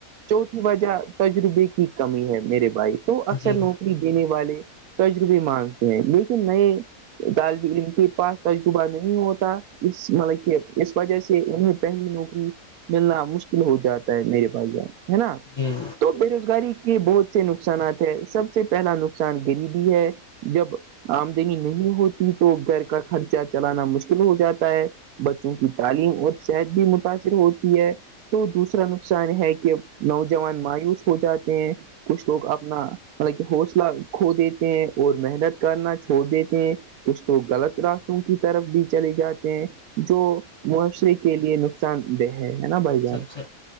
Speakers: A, on the right; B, on the left.
A: چوتھی وجہ تجربے کی کمی ہے میرے بھائی تو اکثر
B: جی
A: نوکری دینے والے تجربے مانگتے ہیں لیکن نئے طالب علم کے پاس تجربہ نہیں ہوتا اس مطلب کہ اس وجہ سے انہیں پہلی نوکری ملنا مشکل ہو جاتا ہے میرے بھائی جان ہے نا
B: جی
A: بے روزگاری کے بہت سے نقصانات ہے سب سے پہلا نقصان غریبی ہے جب آمدنی نہیں ہوتی تو گھر کا خرچہ چلانا مشکل ہو جاتا ہے بچوں کی تعلیم اور صحت بھی متاثر ہوتی ہے تو دوسرا نقصان ہے کہ نوجوان مایوس ہو جاتے ہیں کچھ لوگ اپنا مطلب کہ حوصلہ کھو دیتے ہیں اور محنت کرنا چھوڑ دیتے ہیں کچھ توگ غلط راستوں کی طرف بھی چلے جاتے ہیں جو معاشرے کے لیے نس سان دہ ہے نا بھائی جان
B: سب سے